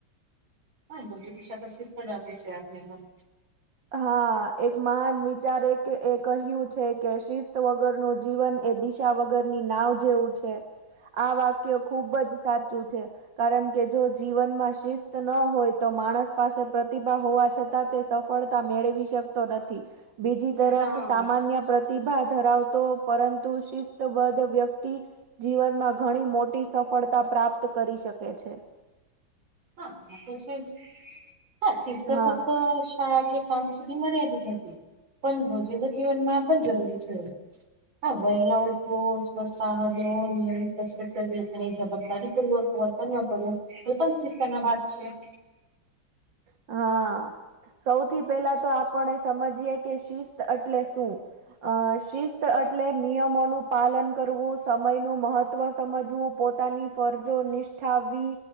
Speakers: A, on the right; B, on the right.
A: હા, ગમે <unintelligible> શિસ્ત જ આપે છે, આપને પણ.
B: હા, એક મહાન વિચારે કે એ કહ્યું છે કે, શિસ્ત વગરનું જીવન એ દી ચા વગરની નાવ જેવું છે, આ વાક્ય ખુબ જ સાચું છે. કારણ કે, જો જીવનમાં શિસ્ત ન હોય તો માણસ પાસે પ્રતિભા હોવા છતાં તે સફળ તા મેળવી શકતો નથી. બીજી તરફ
A: હા
B: સામાન્ય પ્રતિભા ધરાવતો પરંતુ શિસ્તબદ્ધ વ્યક્તિ જીવનમાં ઘણી મોટી સફળતા પ્રાપ્ત કરી શકે છે.
A: હા, એ તો છે જ. હા, શિસ્ત
B: હા.
A: ફક્ત <unintelligible> કે કામ સુધી મર્યાદિત નથી, પણ <unintelligible> જીવનમાં પણ જરૂરી છે. હન વહેલા ઉઠવો, સ્વસ્થ આહાર લેવો, નિયમિત કસરત કરવી અને <unintelligible> પૂર્વક વર્તન ન કરવુ એ પણ શિસ્તના ભાગ છે.
B: હા. સૌથી પહેલા તો આપણે સમજીયે કે શિસ્ત એટલે શું? અ શિસ્ત એટલે નિયમોનું પાલન કરવું, સમયનું મહત્વ સમજવું, પો પોતાની ફરજો નિષ્ઠાવી,